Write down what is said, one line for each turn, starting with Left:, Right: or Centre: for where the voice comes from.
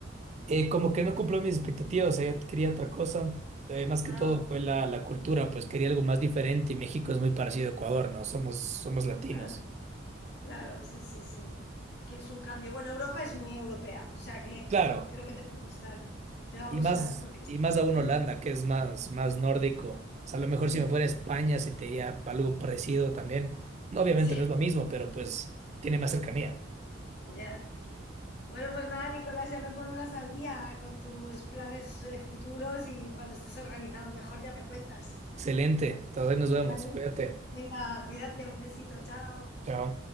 Right: Eh, como que no cumplió mis expectativas, o sea, yo quería otra cosa. Eh, más que
Left: Ah,
Right: todo fue la, la cultura, pues quería algo más diferente y México es muy parecido a Ecuador, ¿no? Somos, somos latinos.
Left: claro, claro, sí, sí, sí. Quieres un cambio. Bueno, Europa es muy europea, o sea que
Right: Claro.
Left: creo que te va a gustar. Te va a
Right: Y
Left: gustar
Right: más,
Left: porque es,
Right: y más aún
Left: es
Right: Holanda,
Left: distinto.
Right: que es más, más nórdico. O sea, a lo mejor
Left: Sí,
Right: si me fuera a España sentiría algo parecido también. No, obviamente
Left: sí,
Right: no es lo mismo, pero pues tiene más cercanía.
Left: <laughs> ya. Bueno, pues nada, Nicolás, ya me pondrás al día con tus planes eh, futuros y cuando estés organizado mejor ya me cuentas.
Right: Excelente. Entonces ahí nos vemos.
Left: Vale.
Right: Cuídate.
Left: Venga, cuídate, un besito, chao.
Right: Chao.